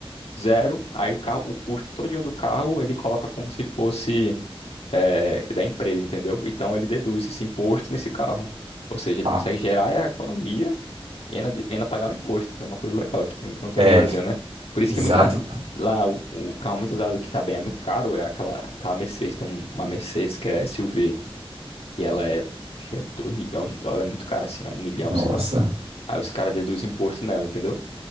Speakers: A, on the left; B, on the right.
A: zero, aí o carro, o custo todinho do carro ele coloca como se fosse é, da empresa, entendeu? Então ele deduz esse imposto nesse carro. Ou seja, ele
B: Ah,
A: consegue gerar a economia e ainda, e ainda pagar o imposto. É uma coisa legal aqui que não que não tem
B: é,
A: no Brasil, né? Por isso
B: exato.
A: que muita. Lá o, o carro muito usado que tá bem é muito caro, é aquela, aquela Mercedes, tem um- uma Mercedes que é SUV que ela é, acho que é 2 milhões de dólares, é muito cara assim, é um milhão,
B: Nossa.
A: sei lá. Aí os caras deduzem imposto nela, entendeu?